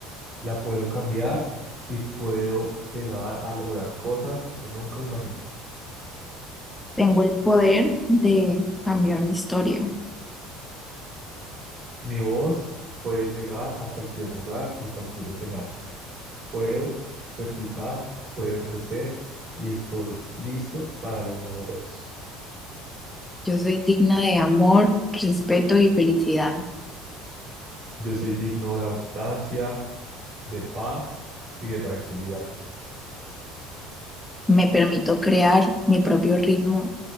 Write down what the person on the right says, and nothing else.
la puedo cambiar y puedo llegar a lograr cosas que nunca imaginé.
Mi voz puede llegar a cualquier lugar y cualquier escenario. Puedo replicar, puedo crecer y estoy listo para los nuevos retos.
Yo soy digno de abundancia, de paz y de tranquilidad.